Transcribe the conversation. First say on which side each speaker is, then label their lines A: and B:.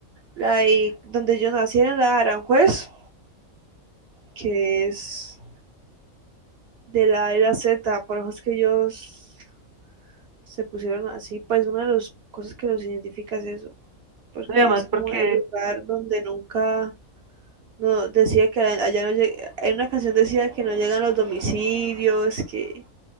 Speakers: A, on the right; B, on the right.
A: la de- donde yo nací en la de Aranjuez, que es de la era Z, por eso es que ellos se pusieron así, pues una de las cosas que los identifica es eso, porque
B: no, y además
A: es
B: porque
A: como el lugar donde nunca no decía que allá no llega, en una canción decía que no llegan los domicilios, que